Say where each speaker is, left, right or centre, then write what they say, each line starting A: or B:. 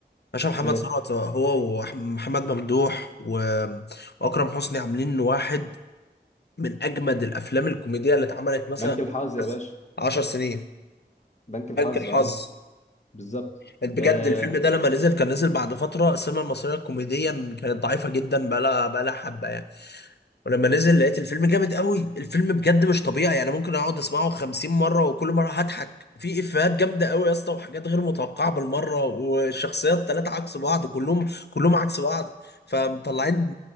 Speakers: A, on the left; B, on the left.
A: باشا محمد
B: آه،
A: ثروت هو ومحمد ممدوح و- واكرم حسني عاملين واحد من اجمد الافلام الكوميديه اللي اتعملت مثلا
B: بنك الحظ
A: بس
B: يا باشا
A: 10 سنين
B: بنك الحظ
A: بنك الحظ
B: اه بالظبط
A: بجد
B: آه،
A: الفيلم ده لما نزل كان نزل بعد فتره السينما المصريه كوميديا كانت ضعيفه جدا بقى لها بقى لها حبه يعني ولما نزل لقيت الفيلم جامد قوي الفيلم بجد مش طبيعي يعني ممكن اقعد اسمعه 50 مره وكل مره هضحك في افيهات جامده قوي يا اسطى وحاجات غير متوقعه بالمره والشخصيات ثلاثه عكس بعض كلهم كلهم عكس بعض فمطلعين